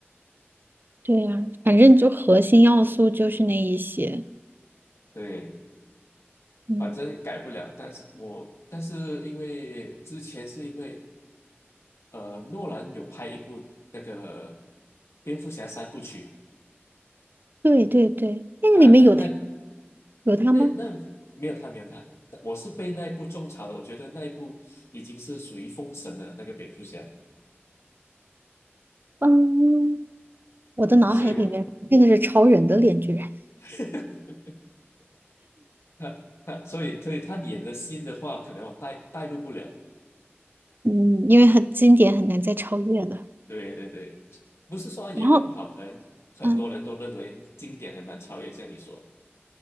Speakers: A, on the right; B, on the left.
A: 对呀，反正就核心要素就是那一些。
B: 对，
A: 嗯，
B: 反正改不了。但是我但是因为之前是因为呃，诺兰有拍一部那个蝙蝠侠三部曲。
A: 对对对，那个里面有他
B: 啊，那那
A: 有他吗？
B: 那那没有他，没有他，我是被那一部种草的。我觉得那一部已经是属于封神了，那个蝙蝠侠，
A: 嗯。我的脑海里面真的是超人的脸，
B: 嗯所以我
A: 居然，
B: <laughs> 他他所以所以他演的新的话，可能我带带入不了。
A: 嗯，因为很经典，很难再超越了。
B: 对对对，不是说他演的不好，
A: 然后，
B: 可能很多人都认为经典很难超越，
A: 嗯，
B: 像你说的。